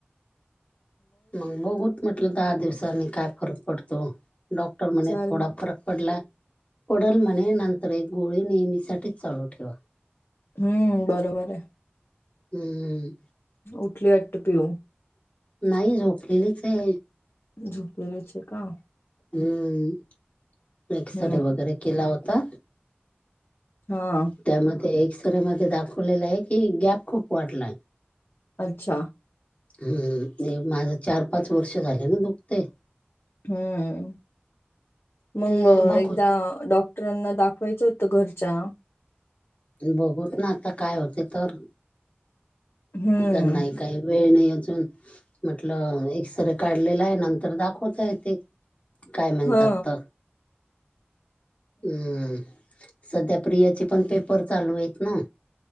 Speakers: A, on the left; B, on the left.
A: मग बघूत म्हटलं दहा दिवसाांनी काय फरक पडतो. डॉक्ट -र म्हणे
B: चाल
A: थोडा फरक पडला. पडल म्हणे नंतर एक गोळी नेहमीसाठी चालू ठे वा.
B: हम्म बरोबरे.
A: हम्मम.
B: उठली वाटत पिऊ.
A: नाही झोपलेलीचे.
B: झोपलेलीचे का?
A: हम्म. एक्सरे
B: हम्म
A: वगैरे केला होता.
B: ह.
A: त्यामध्ये, एक्सरे मध्ये दाखवलेला आहे की, गॅप खूप वाढलाय.
B: अच्छा.
A: हम्म नाही माझं चार पाच वर्ष झाले ना दुखते.
B: हम्म, मग
A: हम्म बघू
B: एकदा डॉक्ट क्टरांना दाखवायचं होतं घरच्या.
A: बघूत ना आता काय होते तर.
B: हम्म
A: तर नाही काय. वेळ नाही अजून. म्हटल एक्सरे काढलेलाय. नंतर दाखवता येते. काय म्हणतात
B: हा
A: त. हम्म, सध्या प्रियाचे पण पेपर चालूयेत ना.